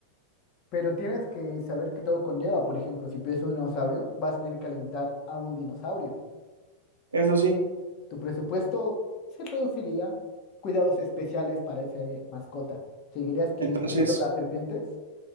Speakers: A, on the left; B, on the right.
A: Pero tienes que saber que todo conlleva. Por ejemplo, si pides un dinosaurio, vas a tener que alimentar a un dinosaurio.
B: Eso sí.
A: Tu presupuesto se reduciría. Cuidados especiales para esa eh, mascota. ¿Seguirías adquiriendo
B: Entonces,
A: las serpientes?